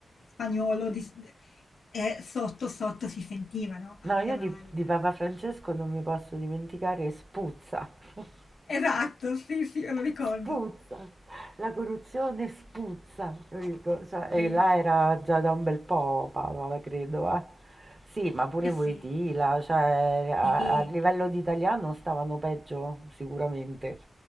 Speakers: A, on the left; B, on the right.
A: spagnolo di- eh, sotto sotto si sentiva, no? Aveva
B: No, io di,
A: il
B: di Papa Francesco non mi posso dimenticare, spuzza. <laughs>
A: Esatto, sì, sì, me lo ricordo.
B: Spuzza. La corruzione spuzza. capito? Cioè, e
A: Sì,
B: là era già da un bel po', Papa, credo, eh. Sì, ma pure
A: eh
B: Voitila,
A: sì,
B: cioè a,
A: sì.
B: a livello di italiano stavano peggio sicuramente